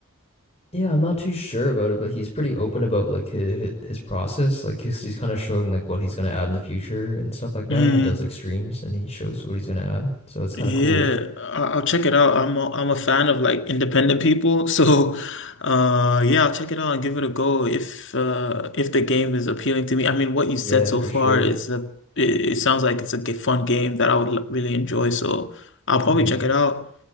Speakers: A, on the left (about 30°); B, on the left (about 55°).
A: Yeah, I'm not too sure about it, but he's pretty open about like his his process. Like he's, he's kind of showing like what he's gonna add in the future and stuff like that.
B: Mm,
A: He does like streams and he shows what he's gonna add, so it's kind
B: yeah,
A: of cool.
B: I- I'll check it out. I'm a, I'm a fan of like independent people, <laughs> so uh yeah, I'll check it out and give it a go if uh if the game is appealing to me. I mean, what you said
A: Yeah,
B: so
A: for
B: far
A: sure.
B: is a it, it sounds like it's a g- fun game that I would l- really enjoy, so I'll probably
A: hmm
B: check it out.